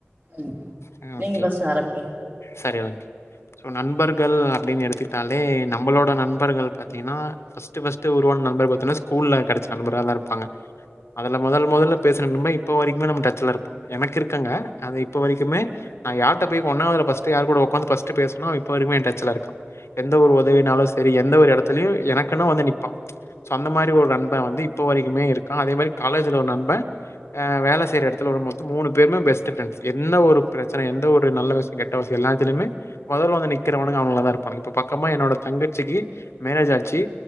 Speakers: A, on the right (about 40°); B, on the left (about 75°).
A: ம்
B: ம்
A: நீங்க ஃபர்ஸ்ட் ஆரம்பிங்க
B: சரி ஓகே ஸோ நண்பர்கள் அப்டின்னு எடுத்துக்கிட்டாலே நம்பளோட நண்பர்கள் பாத்தீங்கன்னா ஃபர்ஸ்ட் ஃபர்ஸ்ட் உருவான நண்பர்கள் பாத்தோம்னா ஸ்கூல்ல கிடைச்ச நண்பர்களா தா இருப்பாங்க அதுல முதல் முதல்ல பேசுண நண்பர் இப்ப வரைக்குமே நம்ம டச்ல இருக் எனக்கு இருக்காங்க அது இப்ப வரைக்குமே நா யாரிட்ட போயி ஒன்னாவது ஃபர்ஸ்ட் யார் கூட உக்காந்து ஃபர்ஸ்ட் பேசுனோ இப்போ வரைக்குமே எய டச்ல இருக்கா எந்த ஒரு உதவினாலு சரி எந்த ஒரு இடத்துலயு எனக்குனா வந்து நிப்பா சோ அந்த மாரி ஒரு நண்ப வந்து இப்போ வரைக்குமே இருக்கா அதே மாரி காலேஜ்ல ஒரு நண்ப வேலை செய்யற இடத்துல வரும்போது மூணு பேருமே பெஸ்ட் ஃபிரண்ட்ஸ் என்ன ஒரு பிரச்சன எந்த ஒரு நல்ல விஷய எல்லாத்திலயுமே மொதல்ல வந்து நிக்கிறவனுங்க அவுனுங்கலா தா இருப்பானுங்க இப்ப பக்கமா என்னோட தங்கச்சிக்கு மேரேஜ் ஆச்சு